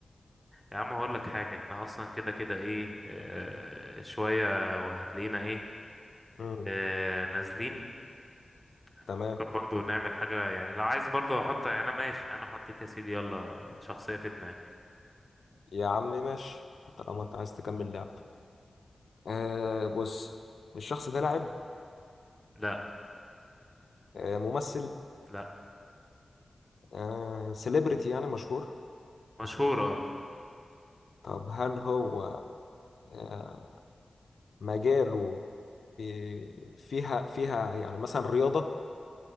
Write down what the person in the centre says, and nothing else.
يا عم هقول لك حاجه احنا اصلا كده كده ايه آه، شويه وهتلاقينا ايه
آه، نازلين احنا
ممكن برضو نعمل حاجة يعني لو عايز برضو احط يعني انا ماشي انا حطيت يا سيدي يلا شخصية في دماغي
لا
لا
مشهورة اه